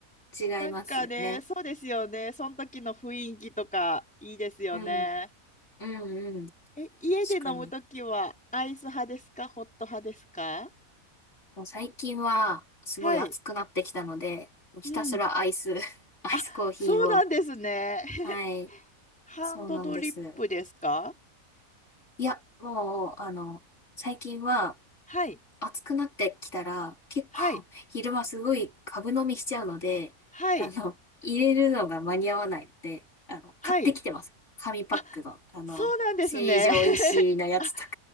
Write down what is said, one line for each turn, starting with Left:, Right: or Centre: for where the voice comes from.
Left: 違いますよね。
Centre: なんかね、そうですよね。その時の雰囲気とかいいですよね。
Left: うん、うんうん、
Centre: え、家で飲むときはアイス派ですかホット派ですか
Left: 確かに。もう最近はすごい暑くなってきたので、
Centre: はい。
Left: ひたすらアイス、
Centre: うん。
Left: <laughs> アイスコーヒーを、
Centre: あ、そうなんですね。<laughs>
Left: はい、
Centre: ハンドドリップですか
Left: そうなんです。いや、もう、あの、最近は
Centre: はい。
Left: 暑くなってきたら、結構
Centre: はい。
Left: <laughs> 昼間すごい株飲みしちゃうので、
Centre: はい。
Left: あの、入れるのが間に合わないので、あの、
Centre: はい。
Left: 買ってきてます。紙パックの、
Centre: あ、
Left: あの、
Centre: そうなんですね。
Left: 成城石井のやつとか。
Centre: <laughs> あ、